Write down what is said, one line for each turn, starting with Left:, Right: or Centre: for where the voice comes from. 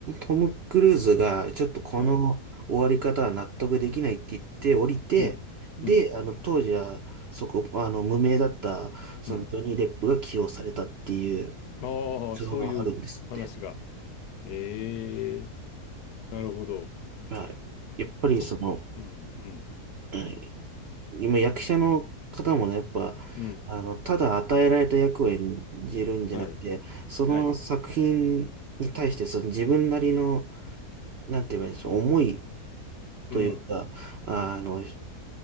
Right: トム・クルーズが、ちょっとこの終わり方は納得できないって言って降りて、
Left: はい。うん。
Right: で、
Left: うん。
Right: あの、当時は、そこ、あの、無名だった、そのジョニー・
Left: うん。
Right: デップが起用されたっていう
Left: ああ、
Right: 逸話があるんですって。
Left: そういう話が。ええ、なるほど。
Right: はい。やっぱりその、
Left: そ、うん、うん、
Right: はい今役者の方もね、やっぱ、
Left: うん。
Right: あの、ただ与えられた役を演じるんじゃなくて、
Left: はい、
Right: その作品に対して、
Left: はい。
Right: その自分なりの、なんて言えばいいんでしょう、思い、というか、
Left: うん、
Right: あの、